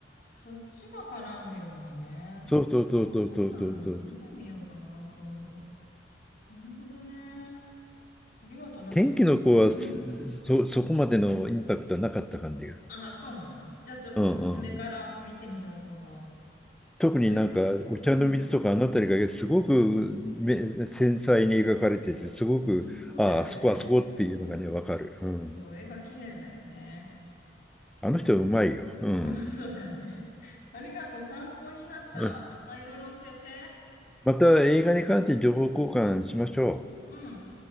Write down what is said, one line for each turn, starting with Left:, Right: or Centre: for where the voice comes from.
Left: そっちが絡んでるんだね。あ
Centre: そうそうそうそうそうそうそう。
Left: あ、そうなんだ。見てみようかな、今度。なるほどね。ありがとう。なんかすごいす、
Centre: 天気の子はそ、
Left: うん。
Centre: そそこまでのインパクトはなかった感じがす
Left: ああ、そうなんだ。じゃあちょっとスズメから見てみようと思う。
Centre: る。うんうん特になんかお茶の水とかあの辺りがすごくめ繊細に描かれててすごくああそこあそこっていうのがね分かる、
Left: あれ、うん。ああ、そうだよね。
Centre: うん、
Left: そう、絵が綺麗だよね。
Centre: あの人うまいよ、
Left: ね。
Centre: うん
Left: うん、そうだね。<laughs> ありがとう。参考になった。
Centre: うん、
Left: またいろいろ教えて。
Centre: また映画に関して情報交換しましょう
Left: うん。